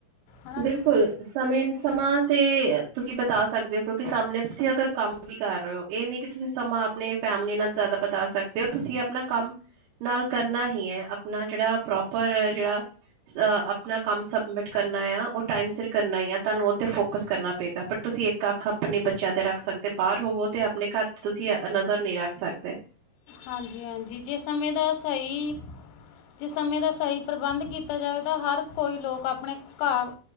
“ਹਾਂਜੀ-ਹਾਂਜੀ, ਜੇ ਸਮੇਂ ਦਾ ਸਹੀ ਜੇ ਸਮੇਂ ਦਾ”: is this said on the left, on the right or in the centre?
Left